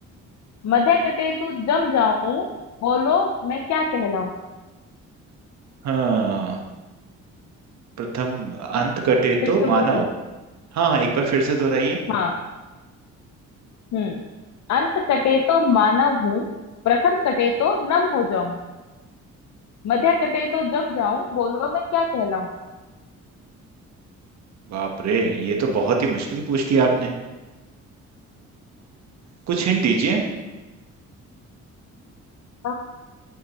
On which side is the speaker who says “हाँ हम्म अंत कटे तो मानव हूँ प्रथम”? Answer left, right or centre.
Left